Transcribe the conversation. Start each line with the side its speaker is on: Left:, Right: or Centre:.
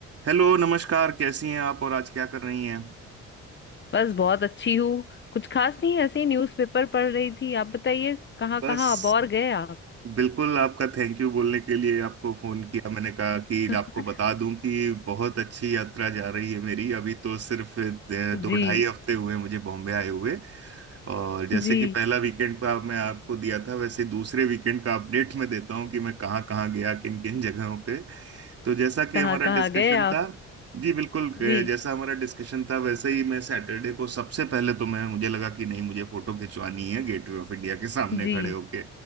Right: Hello नमस्कार कैसी हैं आप और आज क्या कर रही हैं
Left: बस बहुत अच्छी हूँ कुछ खास नहीं ऐसे ही न्यूज़पेपर पढ़ रही थी आप बताइए कहाँ
Right: बस
Left: कहाँ आप और गए आप
Right: बिल्कुल आपका थैंक यू बोलने के लिए आपको फोन किया मैंने कहा कि
Left: <laughs>
Right: आपको बता दूं कि बहुत अच्छी यात्रा जा रही है मेरी अभी तो सिर्फ अ, दो
Left: जी
Right: ढाई हफ्ते हुए हैं मुझे बॉम्बे आए हुए और जैसे
Left: जी
Right: कि पहला वीकेंड का मैं आपको दिया था वैसे दूसरे वीकेंड का अपडेट मैं देता हूं कि मैं कहाँ कहाँ गया किन किन जगहों पे तो जैसा कि
Left: कहाँ
Right: हमारा
Left: कहाँ
Right: डिस्कशन
Left: गए आप
Right: था जी बिल्कुल अ,
Left: जी
Right: जैसा हमारा डिस्कशन था वैसे ही मैं सैटरडे को सबसे पहले तो मैं मुझे लगा कि नहीं मुझे फोटो खिंचवानी है गेटवे ऑफ इंडिया के सामने
Left: जी
Right: खड़े होके